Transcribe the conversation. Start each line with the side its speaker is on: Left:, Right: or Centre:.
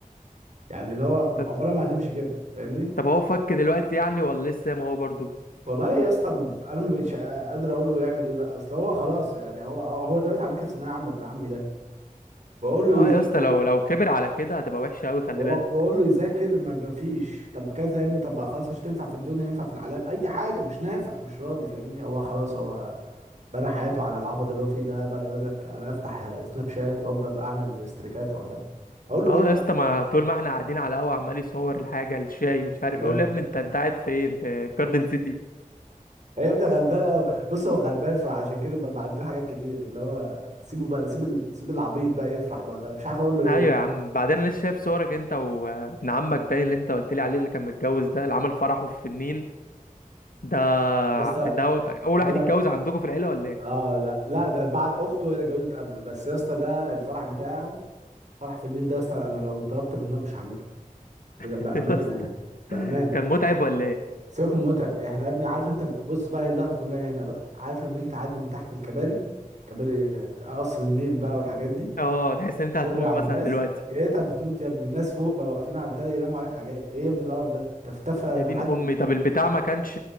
Right: يعني اللي هو
Left: طب
Right: عمرها ما هتمشي كده فاهمني
Left: طب هو فك دلوقتي يعني ولا لسه زي ما هو برضو
Right: والله يا اسطى انا ما بقتش قادر اقول له يعمل ايه بقى اصل هو خلاص يعني هو هو دلوقتي على فكره في ثانويه عامه ابن عمي ده بقول
Left: اه
Right: له يذاكر
Left: يا اسطى لو لو كبر على كده هتبقى وحشه قوي
Right: وأ-
Left: خلي بالك
Right: واقول له يذاكر ما ما فيش طب كذا يا ابني طب خلاص مش هتنفع في الدنيا ينفع في العالم اي حاجه مش نافع مش راضي فاهمني هو خلاص هو بنى حياته على العبط اللي هو فيه ده بقى يقول لك انا افتح سناب شات وافضل اعمل استريكات وكذا اقول
Left: اه
Right: له ايه طيب
Left: يا اسطى ما طول ما احنا قاعدين على القهوه عمال يصور الحاجه الشاي ومش عارف
Right: يا غلبان
Left: إيه. اقول له يا ابني انت انت قاعد فين في جاردن سيتي
Right: يا ابني غلبان قوي بص هو غلبان فعشان كده ب- بعدله حاجات كتير اللي هو سيبه بقى سيب ال... سيب العبيط بقى يفرح بقى انا مش عارف اقول له ايه
Left: ايوه يا عم بعدين انا لسه شايف صورك انت وابن عمك باين اللي انت قلت لي عليه اللي كان متجوز ده اللي عمل فرحه في النيل ده
Right: يا اسطى
Left: ده
Right: اقول
Left: اول واحد
Right: لك
Left: يتجوز عندكم في العيله ولا ايه
Right: اه لا لا ده بعد اخته هي اللي اتجوزت قبله بس يا اسطى ده الفرح بتاعه فرح في النيل ده يا اسطى انا لو اتضربت بالنار مش هعمله بج-
Left: <laughs>
Right: بامانه
Left: يا اسطى
Right: يعني بامانه
Left: كان متعب ولا ايه
Right: سيبك من متعب احنا يا ابني عارف انت ال- بص بقى هي اللقطه كلها هنا بقى عارف لما تيجي تعدي من تحت الكباري كباري ك- قصر النيل بقى والحاجات دي
Left: اه تحس ان انت هتموت
Right: كوبري عباس
Left: مثلا دلوقتي
Right: لقيتها بتموت يا ابني الناس فوق بقى واقفين على البتاع ده يرموا عليك حاجات ايه يا ابني القرف ده تفتفى
Left: يا دين
Right: لحد
Left: امي طب البتاع ما كانش